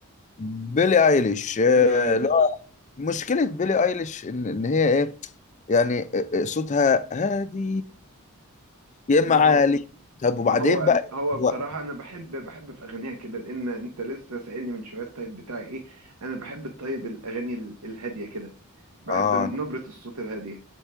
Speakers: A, on the left; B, on the right.
A: بيلي ايليش آه،
B: بيلي إيليش
A: لا مشكله بيلي ايليش ان إن هي ايه يعني آه، آه، صوتها هادي يا اما
B: ما
A: عالي
B: هو
A: طب
B: ما
A: وبعدين
B: هو
A: بقى
B: هو بصراحة
A: هو
B: أنا بحب بحب في أغانيها كده لأن أنت لسه سائلني من شوية الطيب بتاعي إيه أنا بحب الطيب الأغاني ال- الهادية كده بحب
A: اه
B: نبرة الصوت الهادية